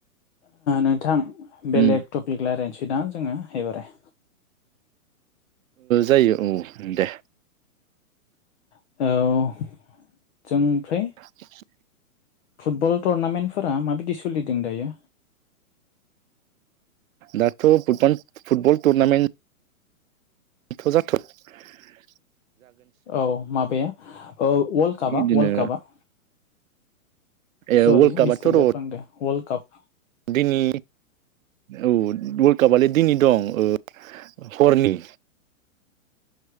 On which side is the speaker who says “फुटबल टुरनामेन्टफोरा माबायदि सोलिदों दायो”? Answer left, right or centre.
Left